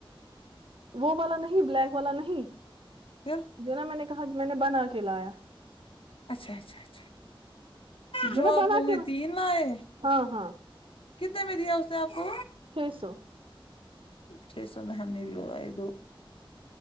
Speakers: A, on the right; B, on the left.
A: وہ والا نہیں بلیک والا نہیں
B: پھر
A: جو نا میں نے کہا میں نے بنا کے لایا
B: اچھا اچھا اچھا جو
A: نا
B: اپنا
A: بنا
B: کو
A: کے
B: تین لائے
A: ہاں ہاں
B: کتنے میں دیا اس نے آپ کو
A: ہے سو
B: چھ سو میں ہم نے بلا ہے دو